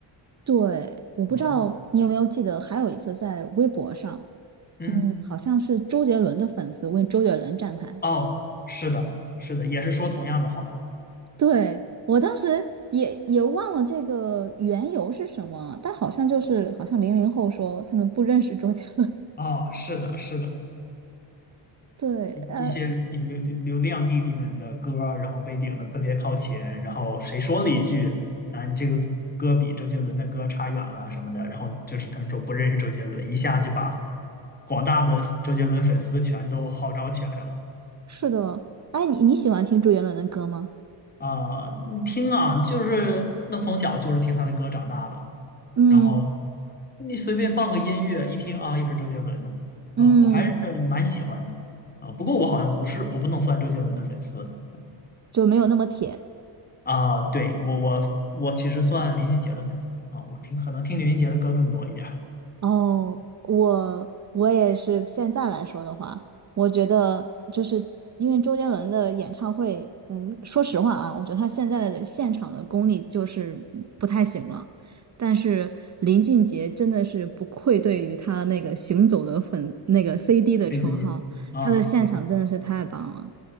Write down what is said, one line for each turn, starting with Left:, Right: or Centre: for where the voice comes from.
Right: 对，我不知道你有没有记得，
Left: 嗯
Right: 还有一次在微博上，
Left: 嗯，
Right: 嗯，好像是周杰伦的粉丝为周杰伦站台。
Left: 哦，是的，是的，也是说同样的话。
Right: 对，我当时也也忘了这个缘由是什么，但好像就是好像零零后说他们不认识周杰伦。
Left: 哦，是的，是的。
Right: <laughs> 对，
Left: 一一些流流流量弟弟们的歌儿然后被顶的特别靠前，
Right: 呃，
Left: 然后谁说了一句啊，你这个歌比周杰伦的歌差远了什么的，然后就是他们说不认识周杰伦，一下就把广大的周杰伦粉丝全都号召起来了
Right: 是的。哎，你你喜欢听周杰伦的歌吗？
Left: 啊！你听啊，就是那从小就是听他的歌长大的，
Right: 嗯
Left: 然后你随便放个音乐一听啊，又是周杰伦的啊，
Right: 嗯，
Left: 我还是蛮喜欢的。啊，不过我好像不是，我不能算周杰伦的粉丝，
Right: 就没有那么铁。
Left: 啊，对，我我我其实算林俊杰的粉丝啊，我听可能听林俊杰的歌更多一点儿，
Right: 哦，我我也是。现在来说的话，我觉得就是因为周杰伦的演唱会，嗯，说实话啊，我觉得他现在的现场的功力就是不太行了。但是林俊杰真的是不愧对于他那个行走的粉那个 CD 的称号，
Left: 对嗯于啊对
Right: 他的现场真的是太棒了。